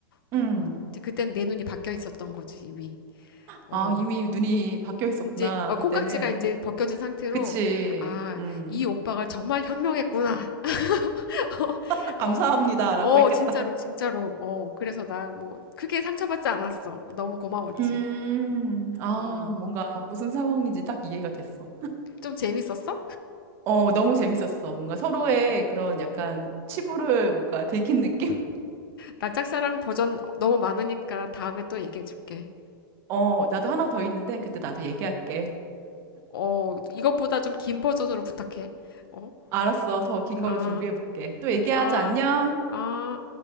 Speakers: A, on the left (about 75°); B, on the right (about 20°).
A: 뭐
B: 음.
A: 이제 그때는 내 눈이 바뀌어 있었던 거지 이미. 어.
B: 아, 이미 눈이 바뀌어 있었구나,
A: 이제 어,
B: 그때는.
A: 콩깍지가 이제 벗겨진 상태로
B: 그치.
A: 아,
B: 음.
A: 이 오빠가 정말 현명했구나. <laughs>
B: <laughs>
A: 어,
B: 감사합니다라고
A: 어,
B: 했겠다.
A: 진짜로 진짜로. 어, 그래서 나 뭐 크게 상처받지 않았어. 너무 고마웠지.
B: 음, 아,
A: 음,
B: 뭔가 무슨 상황인지 딱 이해가 됐어.
A: 좀 재밌었어?
B: 어, 너무 재밌었어. 뭔가 서로의 그런 약간 치부를 뭔가 들킨 느낌?
A: 나 짝사랑 버전 너무 많으니까 다음에 또 얘기해 줄게.
B: <laughs> 어, 나도 하나 더 있는데 그때 나도 얘기할게.
A: 어, 이것보다 좀 긴 버전으로 부탁해. 어,
B: 알았어. 더 긴
A: 아,
B: 거로 준비해볼게. 또 얘기하자.
A: 아,
B: 안녕.
A: 아.